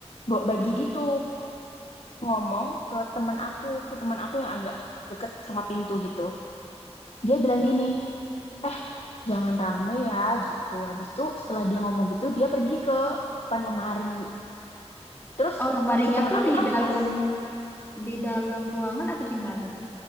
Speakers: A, on the left (about 60°); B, on the left (about 20°).
A: bawa baju
B: Mm-mm.
A: gitu ngomong ke temen aku ke teman aku yang agak deket sama pintu gitu dia bilang gini eh jangan rame ya gitu habis itu setelah dia ngomong gitu dia pergi ke depan lemari Terus
B: oh lemarinya
A: si temen
B: tuh
A: aku
B: di
A: kan
B: dalam
A: pas
B: di dalam ruangan atau gimana tuh